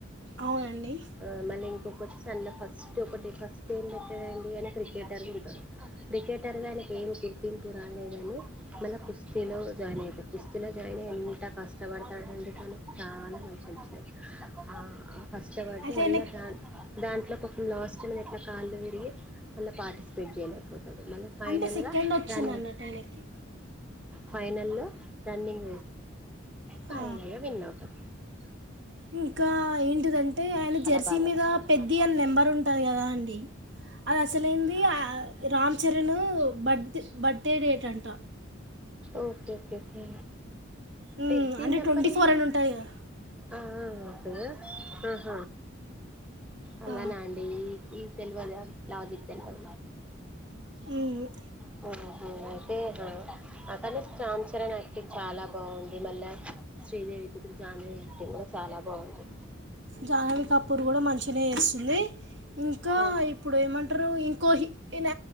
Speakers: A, on the right; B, in the centre.
A: అవునండి
B: ఆ మళ్ళీ ఒక్కచ్ సన్న ఫస్ట్ ఒకటి ఫస్ట్ ఏం పెట్టాడంండి కానీ క్రికెటర్ అనుకుంటారు క్రికెటర్ కానీ ఏమ్ చెకింగ్ కి రాలేదని మళ్ళా కుస్తీలో జాయిన్ అయితారు కుస్తీలో అయినా ఎంత కష్టపడతాడండి మనకు చాలా నచించాారు ఆ ఫస్ట్ అవార్డ్
A: అయితే
B: మళ్ళా
A: ఆయనకి
B: దా దాంట్లో ఒక లాస్ట్ మినిట్లో కాళ్ళు విరిగి మళ్ళ పార్టిసిపేట్ చేయలేకపోతుంది మళ్ళ ఫైనల్గా
A: అంటే సెకండ్ వచ్చింది
B: రన్నింగ్
A: అన్నట్టు ఆయనకి
B: ఫైనల్లో రన్నింగ్ ఫైనల్గ
A: ఆ,
B: విన్నవుతాం
A: ఇంకా ఏంటిదంటే ఆయన జెర్సీ
B: బాగా నచ్చింది
A: మీద పెది అన్న నెంబర్ ఉంటది కదా అండి అది అసలైంది రామ్ చరణ్ బత్ బర్త్డే డేట్ అంట
B: ఓకె ఓకె ఓకే
A: ఉమ్,
B: పెద్ది
A: అంటే
B: నెంబరేంటి
A: ట్వంటీ ఫోర్ అని ఉంటుంది కదా
B: ఆ ఆ ఆహ అలాన
A: ఆ,
B: అండి ఈ ఈ తెలువదె లాజిక్ తెలివద
A: ఉమ్,
B: కు ఊహు అయితే అక్కనే రామ్ చరణ్ యాక్టింగ్ చాలా బాగుంది మళ్ళ శ్రీదేవి కుతురు జాన వ్యక్తి కూడా చాలా బాగుంది
A: జానవ కపూర్ కూడ మంచిినె చేస్తుంది ఇంకా
B: ఆ
A: ఇప్పుడు ఏమంట్రు ఇంకో హిన్